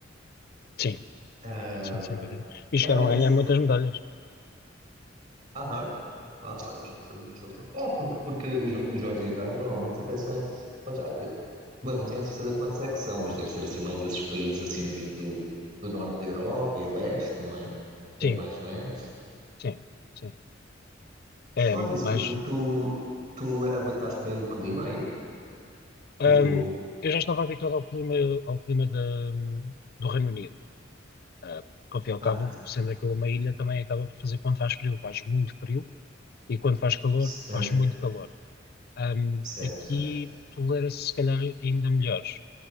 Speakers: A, on the left; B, on the right.
A: sim,
B: Ahm,
A: sim, sem dúvida. E
B: é,
A: chegaram
B: mas
A: a
B: isso
A: ganhar muitas medalhas.
B: Aham. Ah, olha, não sabia. É, porque, porque os, jo- os jogos de inverno normalmente até são. Bom, já- eu- bom, não tenho a certeza quantos é que são, mas deve ser assim mais esses países assim do, do, do norte da Europa e leste, não é? Que tem
A: Sim,
B: mais neve.
A: sim, sim.
B: Por
A: É,
B: falar
A: mas
B: tu, tu, tu, tu aguentaste bem o clima aí?
A: Ahm,
B: Tipo.
A: eu já estava habituado ao clima, ao clima da, do Reino Unido. Ah, porque, ao fim e ao
B: Ah,
A: cabo, sendo aquilo uma ilha, também acaba por fazer quando faz frio, faz muito frio, e quando faz calor,
B: sim,
A: faz muito calor. Ahm,
B: sim,
A: aqui
B: sim.
A: tolera-se, se calhar, ainda melhores,